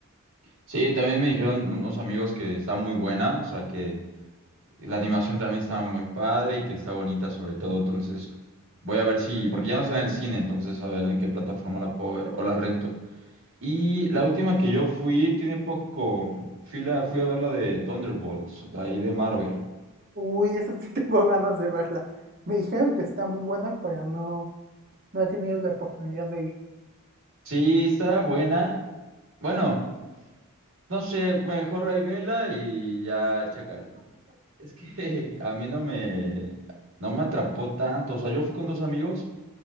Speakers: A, on the right; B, on the right.
A: Sí, también me dijeron unos amigos que está muy buena, o sea, que y La animación también estaba muy padre y que está bonita sobre todo, entonces voy a ver si, porque ya no está en el cine, entonces a ver en qué plataforma la puedo ver o la rento. Y la última que yo fui, tiene poco, fui, la- fui a ver la de Thunderbolts, de ahí de Marvel.
B: Uy, esa sí <laughs> tengo ganas de verla. Me dijeron que está muy buena, pero no, no he tenido la oportunidad de ir.
A: Sí, está buena. Bueno, no sé, mejor ahí vela y ya chécale. Es que <laughs> a mí no me, no me atrapó tanto, o sea, yo fui con dos amigos.